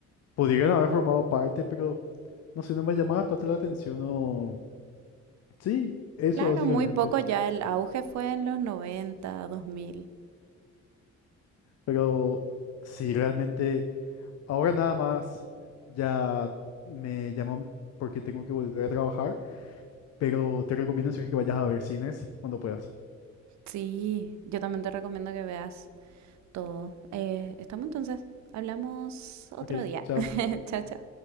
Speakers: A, on the left; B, on the right.
A: pudieron haber formado parte, pero no sé, no me llamaba tanto la atención o... Sí, eso
B: Claro,
A: básicamente.
B: muy poco ya. El auge fue en los noventa, dos mil.
A: Pero sí, realmente, ahora nada más ya me llaman porque tengo que volver a trabajar, pero te recomiendo en serio que vayas a ver cines cuando puedas.
B: Sí, yo también te recomiendo que veas todo. Eh, estamos entonces. Hablamos otro
A: Ok,
B: día.
A: chao.
B: <laughs> Chao, chao.